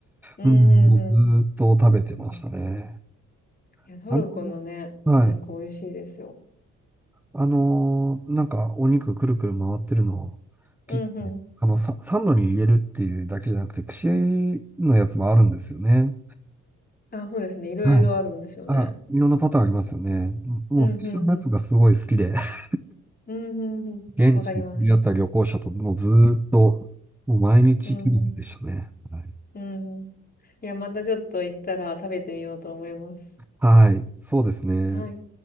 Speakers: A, on the left; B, in the centre.
A: うんうんうん。
B: うん、もうずーっと食べてましたね。
A: 確かに。いや、トルコのね、
B: あの、はい。
A: お肉美味しいですよ。
B: あの、なんかお肉くるくる回ってるのを切って、
A: うんうん。
B: あの、サ、サンドに入れるっていうだけじゃなくて、串のやつもあるんですよね。
A: あ、そうですね。いろいろあるんですよね。
B: はい。あ、いろんなパターンありますよね。もう、
A: うんうんうん。
B: 串のやつがすごい好きで、<laughs>
A: うんうんうん。
B: 現地に出会った旅行者ともうずーっと、
A: わかります。
B: もう毎日切りでしたね。
A: うんうん。
B: はい。
A: うんうん。いや、またちょっと行ったら食べてみようと思います。
B: はい、そうですね。
A: はい。